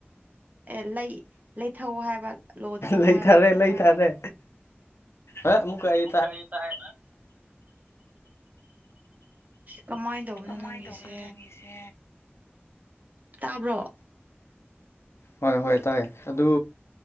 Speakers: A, on the right; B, on the left.
A: ꯑꯦ ꯂꯩ ꯂꯩꯊꯧꯑꯣ ꯍꯥꯏꯕ ꯂꯣꯗ ꯊꯝꯃꯣ
B: ꯂꯩꯊꯔꯦ
A: ꯍꯥꯏꯕ
B: ꯂꯩꯊꯔꯦ ꯑꯦ ꯑꯃꯨꯛꯀ ꯑꯩ
A: ꯀꯔꯤ ꯇꯥꯏ ꯀꯃꯥꯏꯅ ꯇꯧꯕꯅꯣ
B: ꯀꯃꯥꯏꯅ
A: ꯅꯪꯒꯤꯁꯦ
B: ꯇꯧꯕꯅꯣ ꯅꯪꯒꯤꯁꯦ
A: ꯇꯥꯕ꯭ꯔꯣ
B: ꯍꯣꯏ ꯍꯣꯏ ꯇꯥꯏꯌꯦ ꯑꯗꯨ